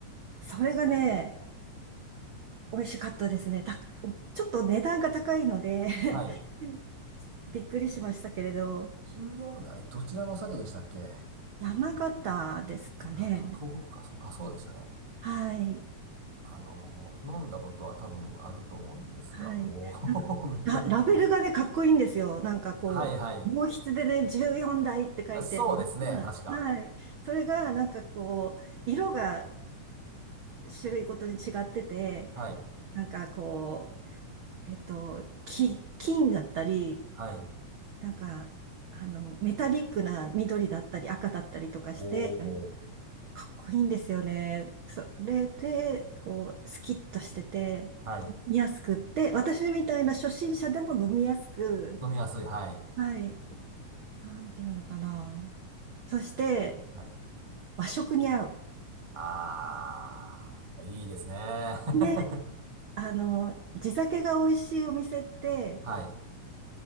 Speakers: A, on the right; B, on the right.
A: それがね、美味しかったですね。た、おちょっと値段が高いので
B: はい。
A: <laughs> びっくりしましたけれど、
B: 14代、どちらのお酒でしたっけ
A: 山形ですかね。
B: あと東北か、そうあ、そうでしたね。
A: はい。
B: あの、飲んだことは多分あると思うんですが、
A: はい。
B: も
A: なんかラ、
B: う <laughs> 目がいっぱいね。
A: ラベルがね、かっこいいんですよ。なんかこう、
B: はいはい。
A: 毛筆でね、14台って書いてあるのがはい。
B: あそうですね、確か。
A: それが、なんかこう、色が種類ごとに違ってて、
B: はい。
A: なんかこう、えっと、き金だったり、
B: はい。
A: なんか、あの、メタリックな緑だったり赤だったりとかして、
B: おー。
A: かっこいいんですよね。それで、こう、スキッとしてて、
B: はい。
A: 飲みやすくって、私みたいな初心者でも飲みやすく、
B: 飲みやすい。はい。
A: はい、なんていうのかな。そして、
B: はい。
A: 和食に合う。
B: あー、いいですね。
A: ね、
B: <laughs>
A: あの、地酒が美味しいお店って、
B: はい。